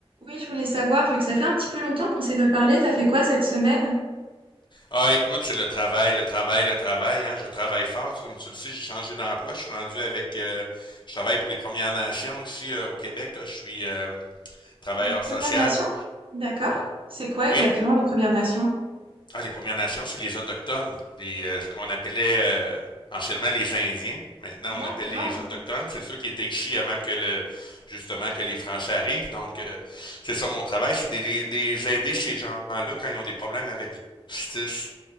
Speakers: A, on the right (about 55°); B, on the left (about 50°).
A: Oui, je voulais savoir, vu que ça fait un petit peu longtemps qu'on s'est pas parlé, t'as fait quoi cette semaine?
B: Ah, écoute, c'est le travail, le travail, le travail. Hein. Je travaille fort. Tu- Comme tu le sais, j'ai changé d'emploi. Je suis rendu avec... euh, je travaille pour les Premières Nations ici euh, au Québec. Là. Je suis euh, travailleur
A: Les Premières
B: social.
A: Nations? D'accord. C'est quoi
B: Oui.
A: exactement les Premières Nations?
B: Ah, les Premières Nations, c'est les Autochtones. Les, euh, ce qu'on appelait euh, anciennement les Indiens. Maintenant,
A: D'accord.
B: on appelle les Autochtones. C'est ceux qui étaient ici avant que le justement que les Français arrivent. Donc, euh, c'est ça mon travail, c'est des, des aider ces gens-là quand ils ont des problèmes avec la justice.